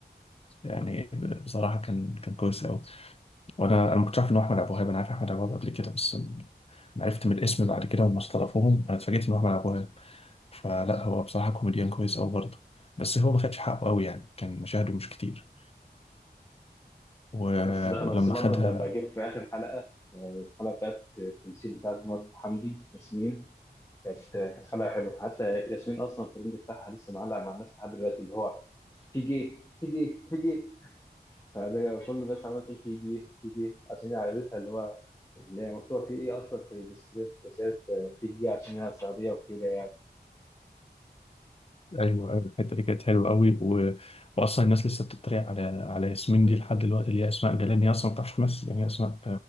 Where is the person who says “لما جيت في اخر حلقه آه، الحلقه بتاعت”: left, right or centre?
Left